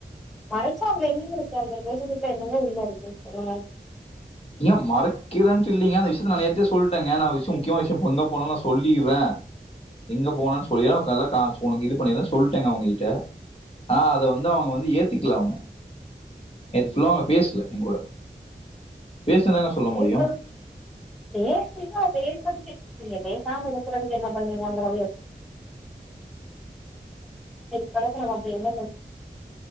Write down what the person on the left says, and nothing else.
ஏங்க மறைக்கிறேன்ட்டு இல்லைங்க அந்த விஷயத்த நாளே நேத்த சொல்லுட்டேங்க நான் விஷயே முக்கியே விஷயப்ப எங்க போனும்ல்லா சொல்லிடுறேன் எங்க போனுன்னு சொல்லியே கலக்காசு உனக்கு இது பண்ணிற சொல்லிட்டேங்க அவங்ககிட்ட ஆனா அத வந்து அவங்க வந்து ஏத்திக்கல அவங்க நேத்து புல்ல அவங்க பேசல எங்க கூட பேசினதாங்க சொல்ல
முடியும்